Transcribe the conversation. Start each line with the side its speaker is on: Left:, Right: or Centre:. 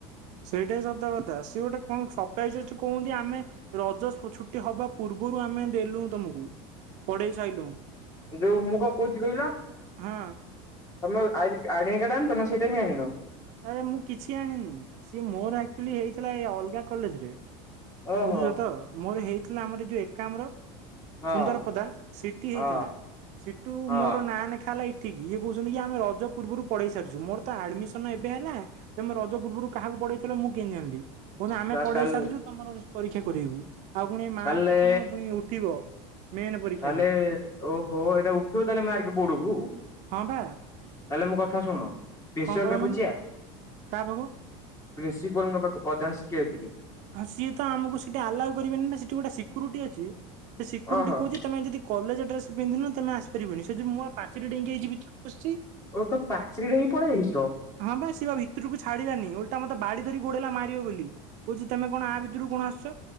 Right: ସେଇଟା ସତ କଥା ସିଏ ଗୋଟେ କଣ ସରପ୍ରାଇଜ ଅଛି। କୁହନ୍ତି ଆମେ ରଜ ଛୁଟି ହବା ପୂର୍ବରୁ ଆମେ ଦେଲୁ ତମକୁ। ପଡେଇ ସାଇଲୁ
Left: ଯୋଉ ମୁଁ କଣ କହୁଛି କହିଲ
Right: ହଁ।
Left: ତମେ ଆଡଡେ ଆଇଡେଣ୍ଟି କାଡ ଆନିଚ ନା ସେଇଟା ବି ଆଣିନ।
Right: ଆରେ ମୁଁ କିଛି ଜାଣିନି ସିଏ ମୋର ଆକ୍ଚୁଲି ହେଇଥିଲା ଏ ଅଲଗା କଲେଜରେ।
Left: ଓହୋ
Right: ବୁଝୁଛ ତ ମୋର ହେଇଥିଲା ଆମର ଏଇ ଯୋଉ ଏକାମ୍ର
Left: ହଁ
Right: ସୁନ୍ଦରପଦା ସିଟିି
Left: ହଁ
Right: ହେଇଥିଲା ସିଟୁ
Left: ହଁ
Right: ମୋର ନାଁ ଲେଖା ହେଲା ଇ ଠି କି ଇଏ କହୁଛନ୍ତି କି ଆମେ ରଜ ପୂର୍ବରୁ ପଢେଇ ସାରିଛୁ ମୋର ତ ଆଡମିସନ୍ ଏବେ ହେଲା। ତେମେ ରଜ ପୂର୍ବରୁ କାହାକୁ ପଢେଇଥିଲ ମୁଁ କେନ୍ତି ଜାଣିଲି କଣ ନାଁ ଆମେ
Left: ସାର୍
Right: ପଢେଇ
Left: ତାହେଲେ
Right: ସାରିଛୁ ତମର ପରୀକ୍ଷା କରେଇବୁ। ଆଉ ପୁଣି ଏ ମାର୍କ
Left: ତାହେଲେ
Right: କଣ ପୁଣି ଉଠିବ। ମେନ୍ ପରୀକ୍ଷାରେ
Left: ତାହେଲେ ଓ ହୋ ଏଇଟା ଉଠିବ ତାହେଲେ ମାର୍କେ ବୋର୍ଡ କୁ?
Right: ହଁ ବା
Left: ତାହେଲେ ମୋ କଥା ଶୁଣ ପ୍ରିନ୍ସିପାଲ୍
Right: କଣ କହୁନାହାନ୍ତି
Left: ପାଖକୁ ଯିବା?
Right: କାହା ପାଖକୁ
Left: ପ୍ରିନ୍ସିପାଲଙ୍କ ପାଖକୁ ପ୍ରଧାନ ଶିକ୍ଷୟତ୍ରୀ।
Right: ହଁ ସିଏ ତ ଆମକୁ ସେଠି ଆଲାଓ କରିବେନି ନାଁ ସେଠି ଗୋଟେ ସିକ୍ୟୁରିଟି ଅଛି ସେ ସିକ୍ୟୁରିଟି
Left: ଓହୋ
Right: କହୁଛି ତମେ ଯେଦି କଲେଜ ଡ୍ରେସ୍ ପିନ୍ଧିନ ତମେ ଆସିପାରିବନି ସେ ଯୋଗୁରୁ ମୁଁ ଆଉ ପାଚେରୀ ଡେଇଁକି ଯାଇଛି ଭିତରକୁ। ବସିଛି
Left: ଓ ତମେ ପାଚେରୀରେ ହିଁ ପଳେଇ ଆଇଛ
Right: ହଁ ବା ସିଏବା ଭିତୁରୁକୁ ଛାଡିଲାନି ଓଲ ଓଲଟା ମତେ ବାଡ଼ି ଧରି ଗୋଡେଇଲା ମାରିବ ବୋଲି। କହୁଛି ତେମେ କଣ ଆ ଭିତୁରୁକୁ କଣ ଆସିଛ